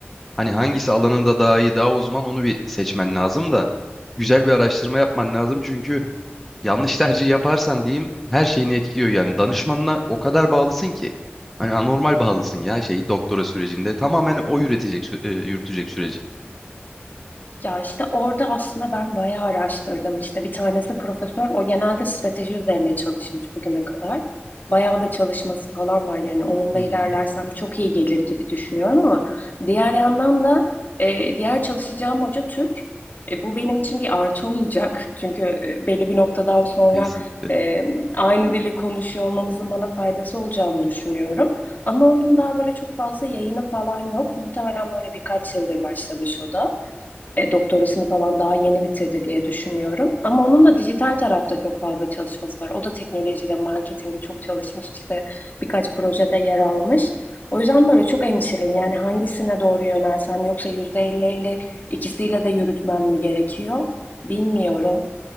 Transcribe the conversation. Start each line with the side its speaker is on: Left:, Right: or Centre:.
Centre: Hani hangisi alanında daha iyi, daha uzman onu bir seçmen lazım da güzel bir araştırma yapman lazım. Çünkü yanlış tercih yaparsan diyeyim her şeyini etkiliyor yani. Danışmanına o kadar bağlısın ki. Hani anormal bağlısın ya şey doktora sürecinde. Tamamen o üretecek, sü- e, yürütecek süreci.
Left: Ya işte orada aslında ben bayağı araştırdım. İşte bir tanesi profesör. O genelde strateji üzerine çalışmış bugüne kadar. Bayağı da çalışması falan var. Yani onunla
Centre: Hı
Left: ilerlersem
Centre: hı.
Left: çok iyi gelir gibi düşünüyorum ama diğer yandan da e, diğer çalışacağım hoca Türk. E, bu benim için bir artı olacak. <laughs> Çünkü e, belli bir noktadan sonra
Centre: Kesinlikle.
Left: e, aynı dili konuşuyor olmamızın bana faydası olacağını düşünüyorum. Ama onun daha böyle çok fazla yayını falan yok. Muhtemelen böyle birkaç yıldır başlamış o da e, doktorasını falan daha yeni bitirdi diye düşünüyorum. Ama onun da dijital tarafta çok fazla çalışması var. O da teknolojiyle marketingi çok çalışmış işte birkaç projede yer almış. O yüzden böyle çok endişeliyim. Yani hangisine doğru yönelsem yoksa yüzde elli elli ikisiyle de yürütmem mi gerekiyor? Bilmiyorum.